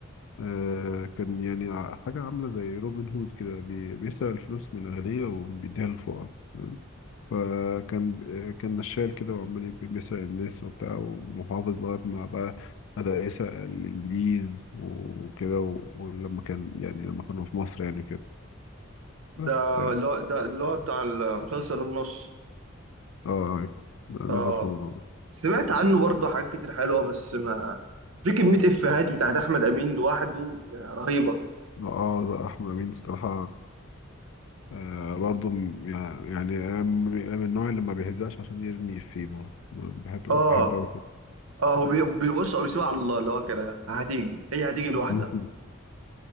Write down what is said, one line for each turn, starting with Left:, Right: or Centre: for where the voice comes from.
Left: آه، كان يعني ع- حاجه عامله زي روبن هود كده بي- بيسرق الفلوس من الاغنياء وبيديها للفقراء تمام؟ فكان آه، كان نشال كده وعمال ي- بيسرق الناس وبتاع ومحافظ لغايه ما بقى بدأ يسرق الإنجليز وكده و- ولما كان يعني لما كانوا في مصر يعني كده
Right: ده
Left: بس يعني
Right: اللي هو ده اللي هو بتاع المسلسل النص
Left: اه لا لازم
Right: اه
Left: في الموضوع ده.
Right: سمعت عنه برضه حاجات كتير حلوة بس ما في كمية إفيهات بتاعت أحمد أمين لوحده يعني رهيبة
Left: لا اه لا احمد امين الصراحه آه برضو م- يعني يعني أنا من أنا من النوع اللي ما بيهزقش عشان يرمي فيه برضه بحب
Right: اه
Left: بحب أوي كده
Right: اه هو بي- بيبص هو بيسيبها على الله اللي هو كده هتيجي هي هتيجي لوحدها
Left: <laughs>